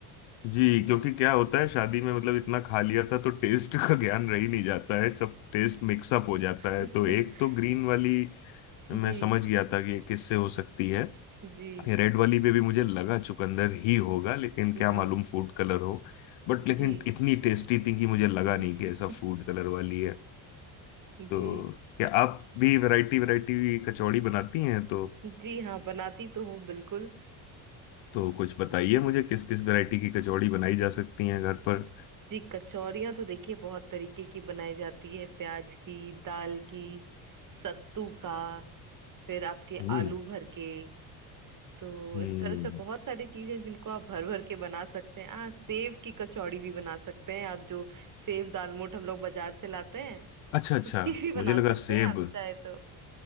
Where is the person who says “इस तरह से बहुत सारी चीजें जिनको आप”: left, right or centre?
Right